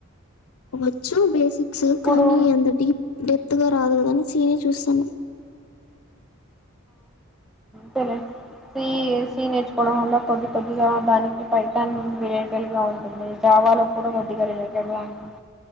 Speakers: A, on the left (about 85°); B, in the centre.
A: వచ్చు బేసిక్స్
B: ఇప్పుడు
A: కానీ అంత డీప్ డెప్త్ గా రాదు కదా అని సీనే చూస్తాన్న
B: తేలే సి సి నేర్చుకోవడం వల్ల కొద్ది కొద్దిగా దానికి పైటన్ వెరైటల్ గా ఉంటుంది వాళ్ళకు కూడా కొద్దిగా రిలేటడ్ గా ఉంటుంది